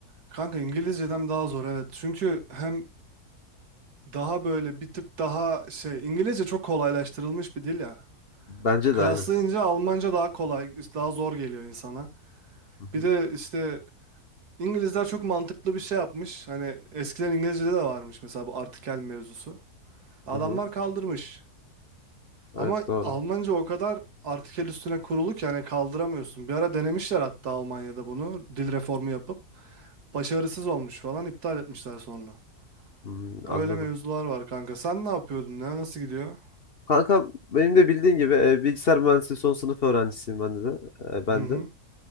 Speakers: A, on the right; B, on the left.
A: Kanka İngilizceden daha zor evet. Çünkü hem Daha böyle bir tık daha şey İngilizce çok kolaylaştırılmış bir dil ya.
B: Bence
A: Kıyaslayınca
B: de aynı.
A: Almanca daha kolay, daha zor geliyor insana.
B: Hı
A: Bir
B: hı,
A: de işte İngilizler çok mantıklı bir şey yapmış. Hani eskiden İngilizce'de de varmış mesela bu artikel mevzusu. Adamlar
B: hı hı.
A: kaldırmış. Ama
B: Evet doğru.
A: Almanca o kadar artikel üstüne kurulu ki hani kaldıramıyorsun. Bir ara denemişler hatta Almanya'da bunu dil reformu yapıp başarısız olmuş falan iptal etmişler sonra.
B: Hmm,
A: Öyle
B: anladım.
A: mevzular var kanka. Sen ne yapıyordun ya? Nasıl gidiyor?
B: Kankam benim de bildiğin gibi e, bilgisayar mühendisliği son sınıf öğrencisiyim ben de. E, ben
A: Hı hı.
B: de.